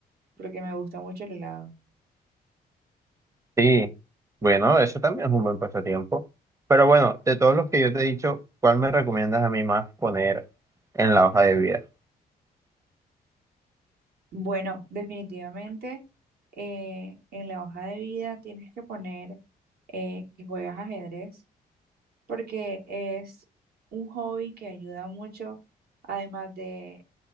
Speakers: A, on the right; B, on the right.
A: porque me gusta mucho el helado.
B: Sí, bueno, eso también es un buen pasatiempo. Pero bueno, de todos los que yo te he dicho, ¿cuál me recomiendas a mí más poner en la hoja de vida?
A: Bueno, definitivamente eh, en la hoja de vida tienes que poner eh, que juegas ajedrez porque es un hobby que ayuda mucho, además de,